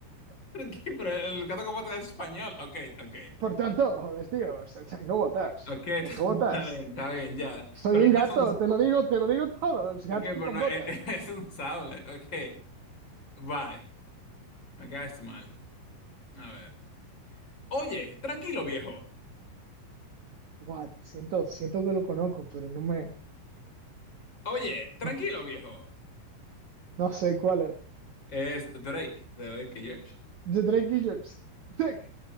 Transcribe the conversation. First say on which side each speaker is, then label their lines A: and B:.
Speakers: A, on the left; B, on the right.
A: ¿por qué? Pero el gato con botas es español. Ok, ok.
B: Por
A: Ok,
B: tanto, joder, tío, o sea, tengo botas.
A: Ok, <laughs> está
B: Tengo botas.
A: bien, está bien, ya.
B: Soy
A: Pero
B: un gato,
A: no es un,
B: te lo digo, te lo digo todo. el gato
A: ok, pero
B: con
A: no,
B: botas.
A: eh, <laughs> eh, es, un sable. Ok, bye. Me caes mal. A ver. Oye, tranquilo, viejo.
B: What? Siento, siento que lo conozco, pero no me,
A: Oye, tranquilo,
B: no,
A: viejo.
B: no sé cuál es.
A: Es Drake, de Drake y Josh.
B: The Drake Idiots. Drake,